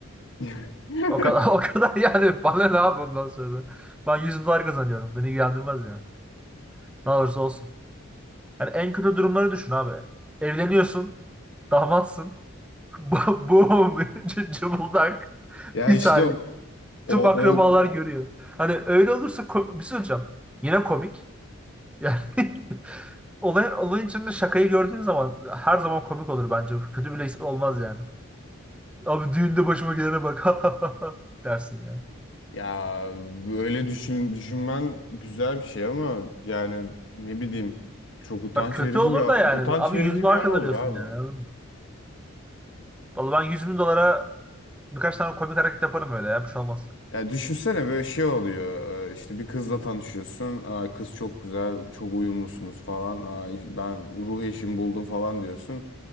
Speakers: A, on the left; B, in the centre.
A: <laughs>
B: O kadar <laughs> o kadar yani bana ne abi ondan sonra. Ben 100 dolar kazanıyorum. Beni ilgilendirmez yani. Ne olursa olsun. Yani en kötü durumları düşün abi. Evleniyorsun. Damatsın. <laughs> Bu- Boom. c- <laughs> Cıbıldak.
A: Ya
B: Bir
A: işte
B: saniye.
A: o o
B: Tüm akrabalar görüyor. Hani öyle olursa ko- bir şey söyleyeceğim. Yine komik. Yani <laughs> olay, olayın içinde şakayı gördüğün zaman her zaman komik olur bence. Kötü bile olmaz yani. Abi düğünde başıma gelene bak <laughs> dersin yani.
A: ya öyle düşün düşünmen güzel bir şey ama yani ne bileyim çok utanç
B: Bak kötü
A: verici
B: olur
A: bir
B: da yani.
A: utanç
B: Abi
A: verici
B: 100 dolar
A: bir an
B: kazanıyorsun
A: olur abi.
B: yani. anladın mı? Vallahi ben 100 bin dolara birkaç tane komik hareket yaparım öyle ya. Bir şey olmaz.
A: Ya düşünsene böyle şey oluyor. e, işte bir kızla tanışıyorsun. Aa, Kız çok güzel, çok uyumlusunuz falan. Aa, ben ruh eşimi buldum falan diyorsun.